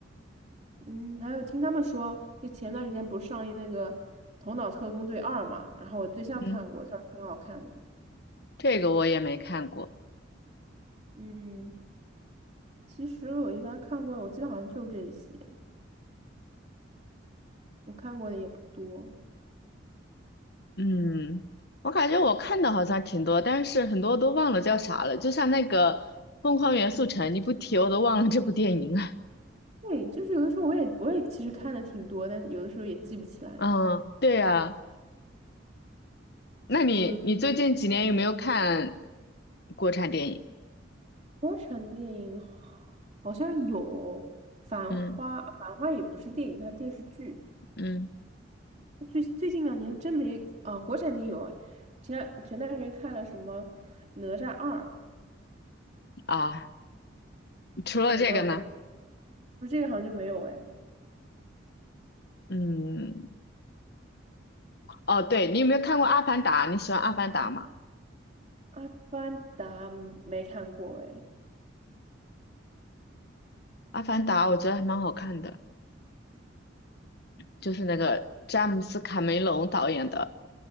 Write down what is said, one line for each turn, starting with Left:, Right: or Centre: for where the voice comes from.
Right: 嗯，还有听他们说，就前段时间不是上映那个《头脑特工队二》嘛，然后我对象看过，
Left: 嗯，
Right: 他说挺好看的。
Left: 这个我也没看过，
Right: 嗯，其实我一般看过，我记得好像就这些，我看过的也不多。
Left: 嗯，我感觉我看的好像挺多，但是很多都忘了叫啥了，就像那个《疯狂元素城》，你不提我都忘了这部电影了。
Right: 对，就是有的时候我也我也其实看的挺多，但有的时候也记不起来。
Left: <laughs> 嗯，对呀、那你你最近几年有没有看
Right: 有
Left: 国产电影？
Right: 国产电影好好像有《繁花》，
Left: 嗯
Right: 《繁花》也不是电影，它电视剧。
Left: 嗯，
Right: 最最近两年真没啊、国产电影有哎，前两前段时间看了什么《哪吒二》，
Left: 啊，除了这个呢？
Right: 对，但我觉得不是这个好像就没有哎，
Left: 嗯，哦，对，你有没有看过《阿凡达》？你喜欢《阿凡达》吗？
Right: 《阿凡达》没看过哎。
Left: 《阿凡达》我觉得还蛮好看的，就是那个詹姆斯·卡梅隆导演的。